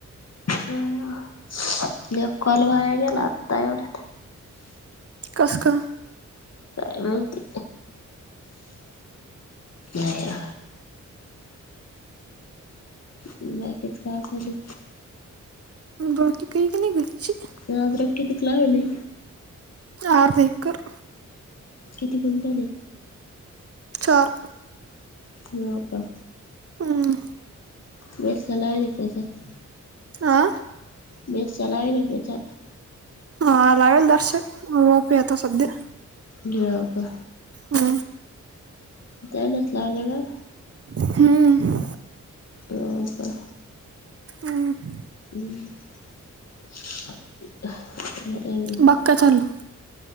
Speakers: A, on the left; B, on the right.
A: या <unintelligible> एक कॉल वाया गेला आता एवढ्यात.
B: कस काय?
A: काय माहीती नाही. बाकीच काय चालूये?
B: बाकी काही <unintelligible> क नाही घरचे,
A: हे अद्रक कितिक लावेली?
B: अर्धा एकर.
A: किती गुंतवले?
B: चार.
A: हो का?
B: हम्म.
A: मिरच्या लावेल का त्याचात?
B: आंऽ
A: मिरच्या लावेले त्याच्यात का?
B: हा लागेल दर्शक, ओपी आता सध्या.
A: गिळाव का?
B: हम्म
A: त्यानच लावले का?
B: हम्म.
A: हो का?
B: हम्म.
A: <unintelligible> बरंय मग
B: बाक्का चालू
A: <unintelligible>